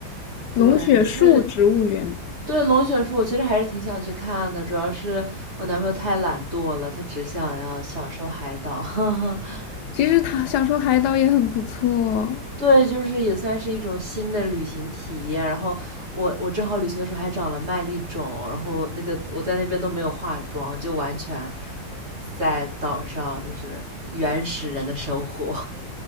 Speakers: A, on the left; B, on the right.
A: 龙血树植物园。
B: 对，就是对龙卷树，我其实还是挺想去看的，主要是我男朋友太懒惰了，他只想要享受海岛。<laughs>
A: 其实他想说海岛也很不错，
B: 对，就是也算是一种新的旅行体验。然后我我正好旅行的时候还长了麦粒肿，然后那个我在那边都没有化妆，就完全在岛上就是原始人的生活。